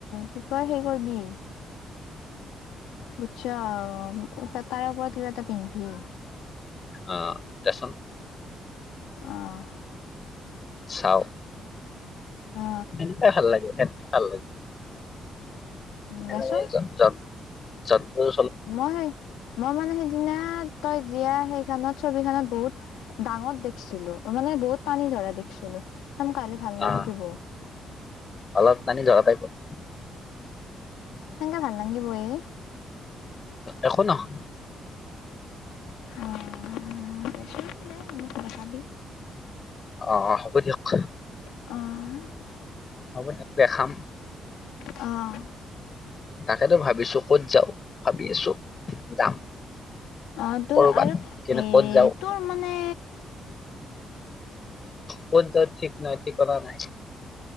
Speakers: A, on the left; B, on the left.
A: কি কয় সেই কৰবি বুতছ ত তাৰে ওপৰত কিবা এটা পিন্ধবি।
B: অহ দেচোন।
A: অঁহ।
B: চাও।
A: অ
B: সেনেকেই ভাল লাগে, সাই ভাল লাগে, সেনেকাই
A: দেচোন
B: জন জন জন্তুৰ
A: মই মই মানে সেইদিনা তই দিয়া সেইখনত ছবিখনত বহুত ডাঙত দেখিছিলো মানে বহুত টানী ধৰা দেখিছিলো, সেনকা হলে ভাল
B: আহ
A: নালগিব।
B: অলপ টানি ধৰা টাইপৰ।
A: সেনেকে ভাল নাংগিব এই!
B: একো নহ
A: অহ দে চোন দে মোক দেখাবি।
B: অহ হ'ব দিয়ক।
A: অহ।
B: হ'ব দিয়ক দেখাম।
A: অঁ।
B: তাকেতো ভাবিছো ক'ত যাওঁ, ভাবি আছো যাম।
A: অহ তোৰ
B: কৰবাত
A: আৰু
B: কিন্তু
A: এ
B: ক'ত যাওঁ
A: তোৰ মানে
B: ক'ত যাওঁ ঠিক নাই, ঠিকনা নাই।